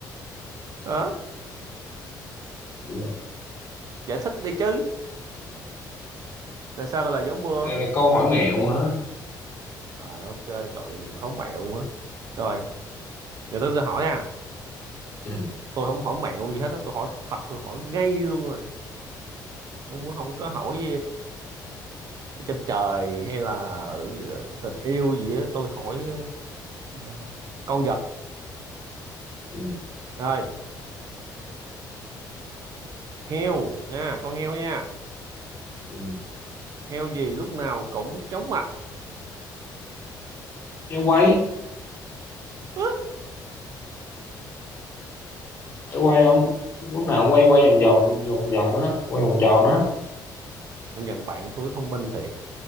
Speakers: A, on the right; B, on the left.
A: hả
B: chịu quá
A: giải thích đi chứ tại sao gọi là dấu mưa
B: đây là câu hỏi mẹo hả
A: à ok trời ơi, hổng mẹo quá rồi giờ tôi, tôi hỏi à
B: ừ
A: tôi không hỏi mẹo gì hết á, tôi hỏi thật tôi hỏi ngay luôn à không
B: ừ
A: muốn không có hỏi uh, trên trời hay là ờ, tình yêu gì á tôi hỏi ờ, con vật
B: ừ
A: rồi heo nha con heo nha
B: ừ.
A: heo gì lúc nào cũng chóng mặt
B: em quay
A: Hứ,
B: phải quay không lúc nào cũng quay quay vòng vòng vòng vòng đó quay vòng tròn đó
A: công nhận bạn tôi thông minh thiệt